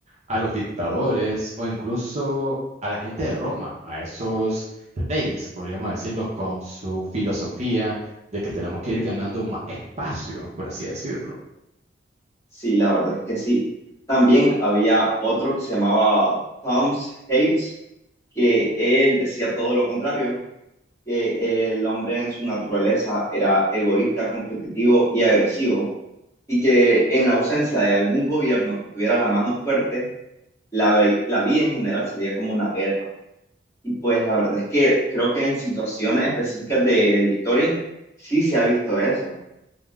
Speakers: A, on the right; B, on the left.
A: a los dictadores o incluso a la gente de Roma, a esos reyes, podríamos decirlo, con su filosofía de que tenemos que ir ganando más espacio, por así decirlo.
B: Sí, la verdad es que sí. También había otro que se llamaba Tom's Habes, que él decía todo lo contrario, que el hombre en su naturaleza era egoísta, competitivo y agresivo y que en la ausencia de algún gobierno que tuviera la mano fuerte, la, la vida en general sería como una guerra. Y pues la verdad es que creo que en situaciones específicas de la historia sí se ha visto eso.